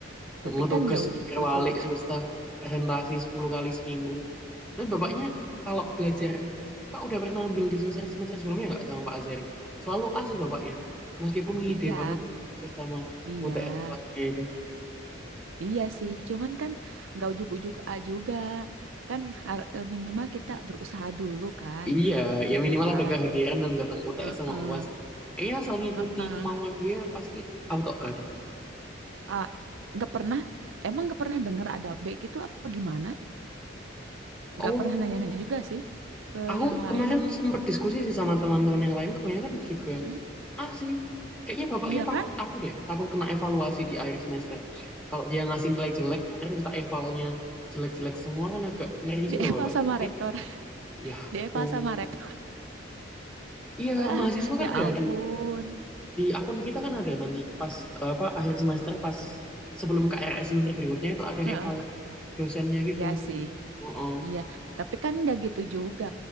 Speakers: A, in the centre; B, on the right.
A: <laughs>
B: tapi
A: Mau
B: kan
A: tugas,
B: nggak ujuk-ujuk.
A: mikir walik, susah presentasi 10 kali seminggu. Dan bapaknya kalau belajar, Kak udah pernah ambil di semester semester sebelumnya nggak sama Pak Azari? Selalu A sih bapaknya, meskipun
B: <laughs>
A: ngide
B: Iya,
A: banget sama
B: iya.
A: UTS UASnya itu.
B: Iya sih, cuman kan nggak ujuk-ujuk A juga. Kan har- eh, minimal kita berusaha dulu kan.
A: Iya, ya minimal
B: Kan?
A: ada kehadiran dan datang UTS
B: Heeh,
A: sama UAS. Kayaknya asal ngikuti
B: heeh.
A: kemauan dia pasti auto A deh.
B: A, nggak pernah, emang nggak pernah denger ada B gitu apa gimana? Nggak
A: Oh,
B: pernah nanya-nanya juga sih ke
A: aku
B: yang lain
A: kemarin
B: aku.
A: sempat diskusi sih sama teman-teman yang lain, kebanyakan juga
B: Heeh.
A: Ah sih, kayaknya bapaknya
B: Iya
A: takut
B: kan?
A: anu deh, takut kena evaluasi di akhir semester. Kalau dia ngasih nilai jelek, terus kita evalnya jelek-jelek semua kan agak ngeri
B: <laughs> Dieval
A: juga bapaknya.
B: sama
A: Mungkin
B: rektor. <laughs>
A: ya
B: Dieval
A: aku,
B: sama rektor.
A: iya
B: <laughs> Lah,
A: mahasiswa kan
B: ya
A: ada
B: ampun.
A: di, di akun kita kan ada nanti pas eh, apa akhir semester pas sebelum KRS semester berikutnya itu ada yang
B: Heeh.
A: eval dosennya gitu.
B: Iya sih.
A: Heeh.
B: Iya, tapi kan nggak gitu juga.